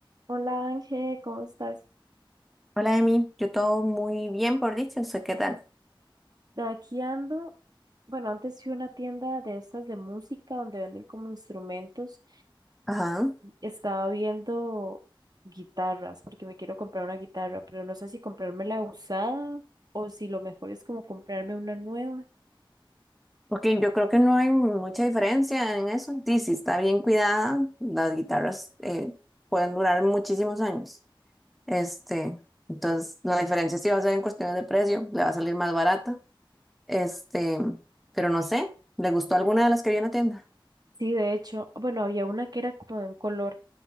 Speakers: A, on the right; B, in the centre.
A: Hola Ángel, ¿cómo estás?
B: Hola, Emi. Yo todo muy bien, por dicho. ¿Usted qué tal?
A: Aquí ando. Bueno, antes fui a una tienda de estas de música donde venden como instrumentos.
B: Ajá.
A: Estaba viendo guitarras porque me quiero comprar una guitarra, pero no sé si comprarme la usada o si lo mejor es como comprarme una nueva.
B: Porque yo creo que no hay mucha diferencia en eso. Sí, si está bien cuidada, las guitarras eh, pueden durar muchísimos años. Este, entonces, la diferencia sí va a ser en cuestiones de precio. Le va a salir más barata. Este, pero no sé. ¿Le gustó alguna de las que vi en la tienda?
A: Sí, de hecho, bueno, había una que era como de un color,